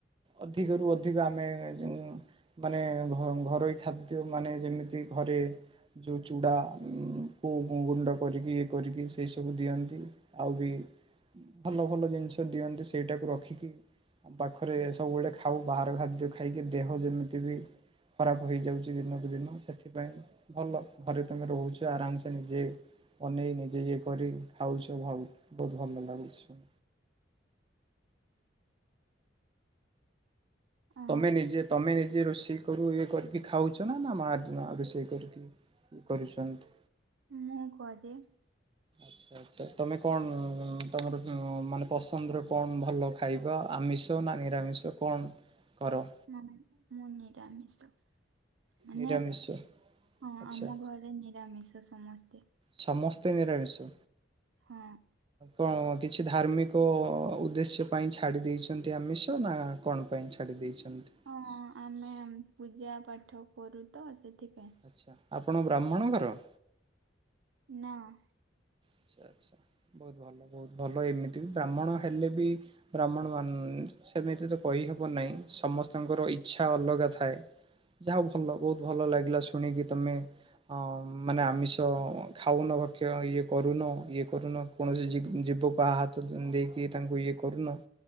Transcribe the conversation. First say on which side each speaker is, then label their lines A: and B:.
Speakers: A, on the right (about 30°); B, on the right (about 80°).
A: ଅଧିକରୁୁ ଅଧିକ ଆମେ ଯ ମାନେ ଘ ଘରୋଇ ଖାଦ୍ୟ ମାନେ ଯେମିତି ଘରେ ଯୋଉ ଚୁଡା କୁ ଗୁଣ୍ଡ କରିକି କରିକି ସେଇ ସବୁ ଦିଅନ୍ତି ଆଉ ବି ଭଲ ଭଲ ଜିନିଷ ଦିଅନ୍ତି ସେଇଟାକୁ ରଖିକି ଆମ ପାଖରେ ଏ ସବୁ ବେଳ ଖାଉ ବାହାର ଖାଦ୍ୟ ଖାଇକି ଦେହ ଯେମିତି ବି ଖରାପ ହୋଇଯାଉଛି ଦିନକୁ ଦିନ ସେଥିପାଇଁ ଭଲ ଘରେ ତମେ ରହୁଛ ଆରାମସ ନିଜେ ବନେଇ ଯେ ଇଏ କରି ଖାଉଛ ଭାଉ ବହୁତ ଭଲ ଲାଗୁଛି।
B: ଆ,
A: ତମେ ନିଜେ ତମେ ନିଜେ ରୋଷେଇ କରୁ ଇଏ କରିକି ଖାଉଛ ନା ନା ମା ଦିନ ରୋଷେଇ କରିକି କରୁଛନ୍ତି।
B: <unintelligible>
A: <inaudible> ତ ତୁମେ କଣ ତମର ମାନେ ପସନ୍ଦରେ କଣ ଭଲ ଖାଇବା ଆମିଷ ନା ନିରାମିଷ। କଣ କର।
B: ମ ମୁନିରାମ ମିଶ। ମାନେ
A: ନିରାମିଷ?
B: ହଁ
A: ଆଚ୍ଛା
B: ଆମ ଘରେ ନିରାମିଷ ସମସ୍ତେ।
A: ସମସ୍ତେ ନିରାମିଷ।
B: ହଁ
A: କଣ କିଛି ଧାର୍ମିକ ଉଦ୍ଦେଶ୍ୟ ପାଇଁ ଛାଡି ଦେଇଛନ୍ତି ଆମିଷ ନା କଣ। ପାଇଁ ଛାଡ଼ି ଦେଇେଇଛନ୍ତି।
B: ହଁ ଆମେ ପୂଜା ପାଠ କରୁ ତ ସେଥିପାଇଁ।
A: ଆଚ୍ଛା ଆପଣ ବ୍ରାହ୍ମଣ ଘର।
B: ନାଁ।
A: ଆଛା ଆଚ୍ଛା ବହୁତ ଭଲ ବହୁତ ଭଲ ଏମିତି ବି ବ୍ରାହ୍ମଣ ହେଲେ ବି ବ୍ରାହ୍ମଣ ମାନ ସେମିତି ତ କହିହବ ନାହିଁ ସମସ୍ତଙ୍କର ଇଚଛା ଅଲଗା ଥାଏ। ଯାହା ହ ଭଲ ବହୁତ ଭଲ ଲାଗିଲା ଶୁଣିକି ତମେ। ହଁ ମାନେ ଆମିଷ ଖାଉନ ଭକ୍ଷ ଇଏ କରୁନ ଇଏ କରୁନ କୌଣସି ଯୀବ ପା ହାତ ଦେଇକି ତାଙ୍କୁ ଇଏ କରୁନ।